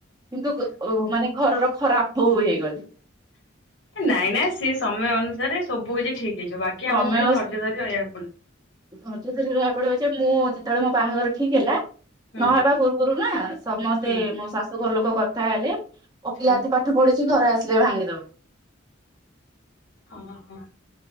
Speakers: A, on the right; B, on the left.
A: କିନ୍ତୁ ଗ ମାନେ ଘରର ଖରାପ୍ ବୋହୂ ହେଇଗଲି।
B: ନାଇଁ ନାଇଁ ସେ ସମୟ ଅନୁସାରେ ସବୁ କିଛି ଠିକ୍ ହେଇଯିବ ବା କି
A: ତମେ
B: ଆମକୁ ଟିକେ ଧୈର୍ଯ୍ୟ ଧରି ରହିବାକୁ ପଡିବ।
A: ଧୈର୍ଯ୍ୟ ଧରି ରହିବାକୁ ପଡିବ ଯେ ମୁଁ ଯେତେବେଳେ ମୋ ବାହାଘର ଠିକ୍ ହେଲା
B: ହୁଁ
A: ନହେବା ପୂର୍ବରୁ ନା ସମସ୍ତେ
B: ହୁଁ
A: ମୋ ଶାଶୁଘର ଲୋକ କଥା ହେଲେ ଓକିଲାତି
B: ହୁଁ
A: ପାଠ୍ ପାଠ ପଢିଛି ଘର ଆସିଲେ ଭାଙ୍ଗିଦେବ।
B: ଓହୋଃ ‌